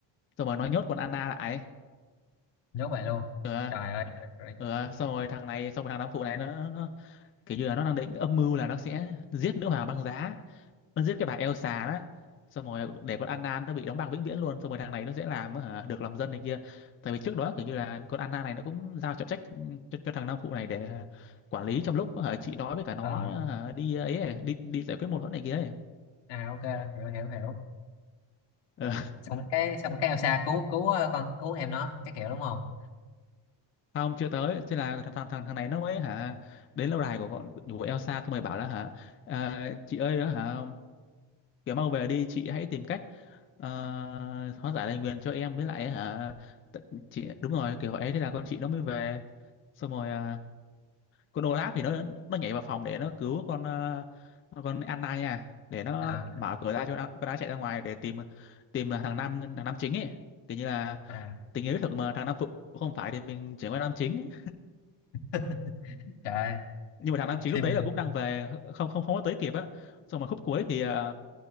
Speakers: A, on the left; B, on the left.
A: xong rồi nó nhốt con Anna lại
B: nhốt vậy luôn
A: ờ
B: trời ơi trời ơi.
A: ờ xong rồi thằng này xong rồi thằng Nam Phụ này nó nó kiểu như là nó đang định âm mưu là nó sẽ giết nữ hoàng băng giá nó giết cái bà Elsa đó xong rồi để con Anna nó bị đóng băng vĩnh viễn luôn xong rồi thằng này nó sẽ làm hả, được lòng dân này kia tại vì trước đó kiểu như là con Anna này nó cũng giao trọng trách cho, cho thằng Nam Phụ này để quản lý trong lúc hả, chị nói với cả nó
B: Ờ,
A: hả, đi ấy, ấy đi đi giải quyết mâu thuẫn này kia ấy
B: à ok hiểu hiểu hiểu
A: Ờ,
B: xong cái xong cái Elsa cứu cứu ờ, con cứu em nó cái kiểu đúng không
A: không chưa tới thế là thằng thằng thằng này nó mới hả đến lâu đài của con của Elsa xong rồi bảo là hả "Ờ, chị ơi hả kiểu mang về đi chị hãy tìm cách ờ, hóa giải lời nguyền cho em với lại hả t- chị đúng rồi kiểu vậy thế là con chị nó mới về xong rồi ờ, con Olaf thì nó nó nhảy vào phòng để nó cứu con ờ, con Anna nha để nó
B: à,
A: mở cửa ra cho nó- con đã chạy ra ngoài để tìm tìm thằng nam thằng nam chính ấy kiểu như là
B: à
A: tình yêu đích thực mà thằng nam phụ không phải thì mình chuyển qua nam chính
B: <laughs> trời ơi,
A: nhưng mà thằng nam chính
B: phim
A: lúc đấy là cũng đang về không không không có tới kịp á xong mà khúc cuối thì ờ,